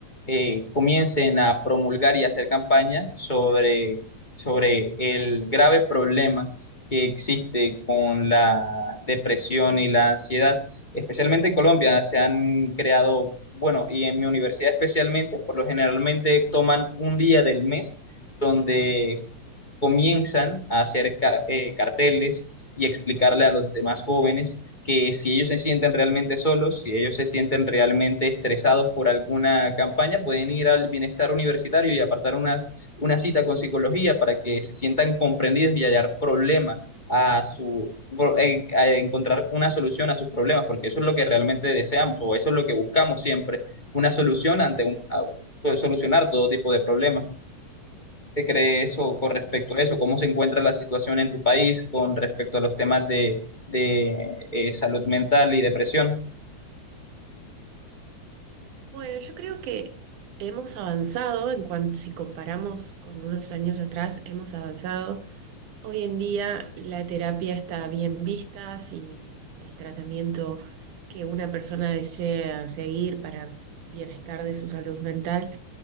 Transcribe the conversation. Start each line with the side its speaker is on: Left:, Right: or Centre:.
Left: eh, comiencen a promulgar y hacer campaña sobre, sobre el grave problema que existe con la depresión y la ansiedad especialmente en Colombia, se han creado, bueno, y en mi universidad especialmente, por lo generalmente toman un día del mes donde comienzan a hacer ca- eh, carteles y explicarle a los demás jóvenes que si ellos se sienten realmente solos, si ellos se sienten realmente estresados por alguna campaña, pueden ir al bienestar universitario y apartar una, una cita con psicología para que se sientan comprendidos y hallar problema a su pro- eh, a encontrar una solución a sus problemas, porque eso es lo que realmente deseamos o eso es lo que buscamos siempre, una solución ante un a- solucionar todo tipo de problemas. ¿Qué cree eso con respecto
Right: Sí.
Left: a eso? ¿Cómo se encuentra la situación en tu país con respecto a los temas de, de, eh, salud mental y depresión?
Right: Bueno, yo creo que hemos avanzado en cuanto, si comparamos con unos años atrás, hemos avanzado. Hoy en día la terapia está bien vista, si el tratamiento que una persona desea seguir para su bienestar de su salud mental